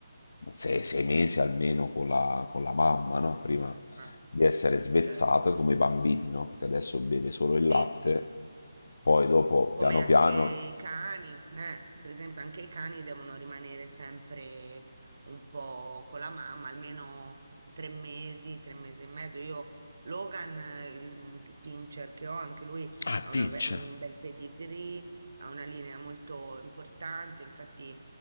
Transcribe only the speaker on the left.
sei, sei mesi almeno con la, con la mamma, no?
Prima
di essere svezzato
come i bambini, no? Perché adesso beve solo
il latte, poi dopo
piano
piano
Ah,
pince.